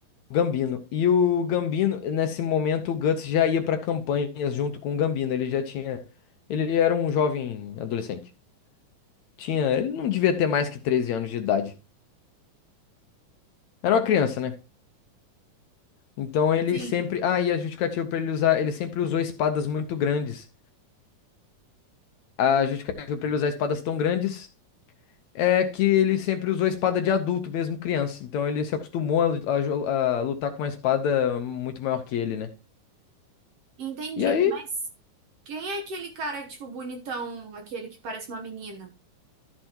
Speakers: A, on the left (about 70°); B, on the right (about 60°).
A: Gambino. E o Gambino, nesse momento, o Guts já ia pra campanhas junto com o Gambino. Ele já tinha. Ele era um jovem adolescente. Tinha, ele não devia ter mais que 13 anos de idade. Era uma criança, né? Então ele
B: Sim.
A: sempre. Ah, e a justificativa pra ele usar. Ele sempre usou espadas muito grandes. A justificativa pra ele usar espadas tão grandes é que ele sempre usou espada de adulto, mesmo criança. Então ele se acostumou a, a jo- a lutar com uma espada muito maior que ele, né?
B: Entendi.
A: E aí?
B: Mas quem é aquele cara, tipo, bonitão, aquele que parece uma menina?